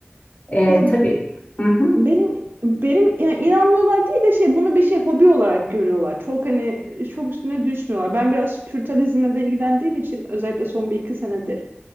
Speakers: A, on the left (about 40°); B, on the right (about 60°).
A: Ee,
B: Ya
A: tabii. Hı hı.
B: Benim benim yani inanmıyorlar değil de şey bunu bir şey hobi olarak görüyorlar. Çok hani çok üstüne düşmüyorlar. Ben biraz spiritualizmle de ilgilendiğim için özellikle son bir iki senedir